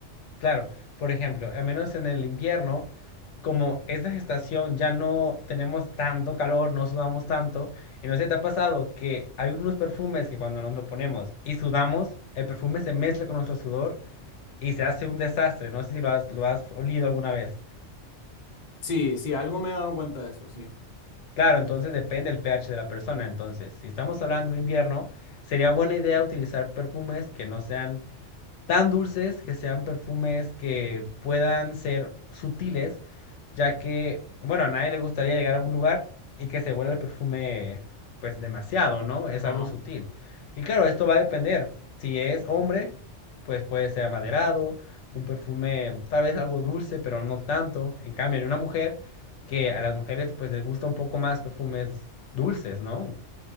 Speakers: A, on the left; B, on the left.
A: claro. Por ejemplo, al menos en el invierno, como esta estación ya no tenemos tanto calor, no sudamos tanto, y no sé si te ha pasado que hay unos perfumes que cuando nos lo ponemos y sudamos, el perfume se mezcla con nuestro sudor y se hace un desastre. No sé si lo has, lo has olido alguna vez.
B: Sí, sí, algo me he dado cuenta de eso, sí.
A: Claro, entonces depende del pH de la persona. Entonces, si estamos hablando de invierno, sería buena idea utilizar perfumes que no sean tan dulces, que sean perfumes que puedan ser sutiles, ya que, bueno, a nadie le gustaría llegar a un lugar y que se huela el perfume pues demasiado, ¿no? Es
B: Ajá.
A: algo sutil. Y claro, esto va a depender. Si es hombre, pues puede ser amaderado, un perfume tal vez algo dulce, pero no tanto. En cambio, en una mujer, que a las mujeres pues les gusta un poco más perfumes dulces, ¿no?